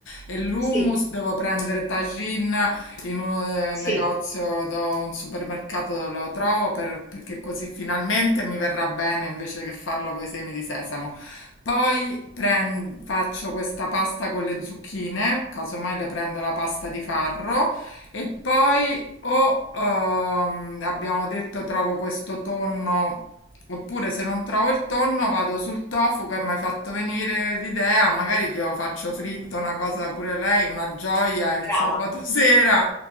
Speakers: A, on the left; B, on the left.
A: eh, e l'hummus
B: sì,
A: devo prendere tagine in un eh,
B: sì,
A: negozio, do- un supermercato dove lo trovo per- perché così finalmente mi verrà bene invece che farlo con i semi di sesamo. Poi pren- faccio questa pasta con le zucchine, casomai le prendo la pasta di farro e poi o ehm, abbiamo detto trovo questo tonno, oppure se non trovo il tonno vado sul tofu che mi hai fatto venire l'idea, magari glielo faccio fritto, una cosa pure lei, una gioia il
B: brava.
A: sabato <laughs> sera